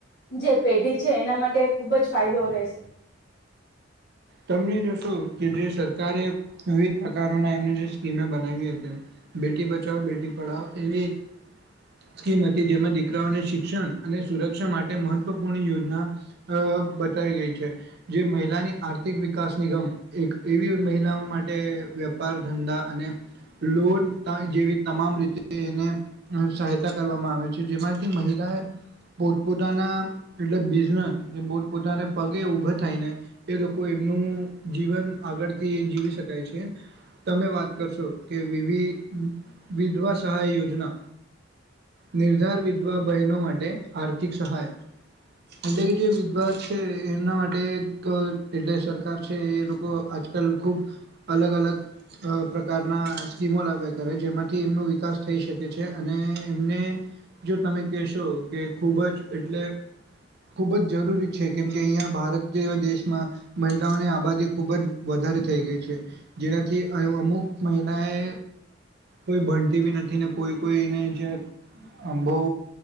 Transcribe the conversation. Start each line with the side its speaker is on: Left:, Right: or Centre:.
Left: જે પેઢી છે એના માટે ખુબ જ ફાયદો રહેશે.
Right: તને જોશો કે જે સરકારે વિવિધ પ્રકારના એમની જે સ્કીમે બનાવી હતી બેટી બચાવ બેટી પઢાવો એવી એક સ્કીમ હતી, જેમાં દીકરાઓને શિક્ષણ અને સુરક્ષા માટે મહત્વપૂર્ણ યોજના, બતાવી ગઈ છે, જે મહિલાની આર્ આર્થિક વિકાસ નિગમ એક એવી મહિલાઓ માટે વેપાર ધંધા અને લોન જેવી તમામ રીતે એને સહાયતા કરવામાં આવે છે જેમાંથી મહિલાએ પોતપોતાના એટલે બિઝનેસ પોતપોતાના પગે ઊભા થાયને એ લોકો કો એમનું જીવન આગળથી જીવી શકાય છે, તમે વાત કરશો કે વિ વિધવા સહાય યોજના નિર્ધાર વિધવા બહેનો માટે આર્થિક સહાય, એટલે કે જે વિધવા છે એમના માટે એટલે સરકાર છે એ લોકો આજકાલ ખૂબ અલગ અલગ પ્રકારના સ્કીમો લાવ્યા કરે જેમાંથી એમનો વિકાસ થઈ શકે છે, અને એમને જો તમે કહેશો કે ખૂબ જ એટલે ખૂબ જ જરૂરી છે, કેમ કે અહીંયા ભારત જે એવા દેશમાં. મહિલાઓની આબાદી ખુબ જ વધારે થઈ ગઈ છે જેનાથી અમુક મહિલા એ કોઈ ભણતી બી નથી ને કોઈ કોઈને જે બહ